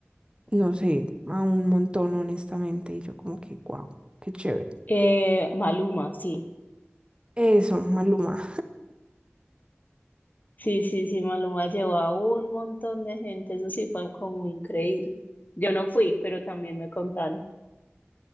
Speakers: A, on the right; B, on the left.
A: No sé, a un montón honestamente y yo como que, wow, qué chévere.
B: Eh, Maluma, sí,
A: Eso, Maluma.
B: sí, sí, sí, Maluma llevó a un montón de gente, eso sí fue como increíble. Yo no fui, pero también me contaron.